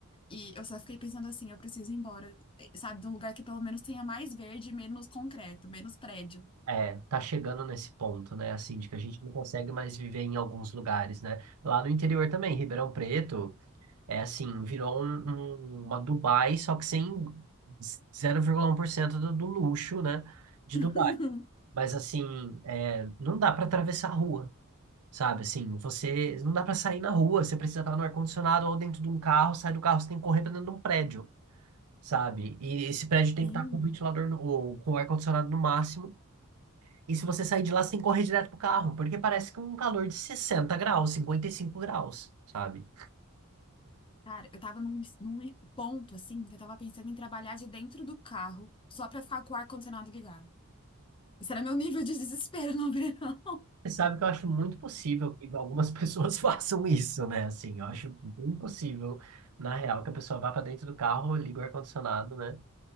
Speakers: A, on the left; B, on the right.
A: E eu só fiquei pensando assim, eu preciso ir embora, eh, sabe, de um lugar que pelo menos tenha mais verde, e menos concreto, menos prédio.
B: É, tá chegando nesse ponto, né? Assim, de que a gente não consegue mais viver em alguns lugares, né? Lá no interior também, Ribeirão Preto, é assim, virou um- um- uma Dubai, só que sem 0,1% do, do luxo, né? De
A: <laughs>
B: Dubai. Mas assim, é, não dá para atravessar a rua, sabe? Assim, você não dá para sair na rua, você precisa estar no ar-condicionado ou dentro de um carro, sai do carro, você tem que correr para dentro de um prédio, sabe? E esse prédio tem
A: Sim,
B: que estar com o ventilador no, ou com o ar-condicionado no máximo e se você sair de lá, você tem que correr direto pro carro, porque parece que é um calor de 60 graus, 55 graus, sabe?
A: cara, eu tava num, num ponto assim, que eu tava pensando em trabalhar de dentro do carro, só pra ficar com o ar-condicionado ligado. Esse era meu nível de desespero no <laughs> verão.
B: Você sabe que eu acho muito possível que algumas <laughs> pessoas façam isso, né? Assim, eu acho bem possível, na real, que a pessoa vá pra dentro do carro, liga o ar-condicionado, né?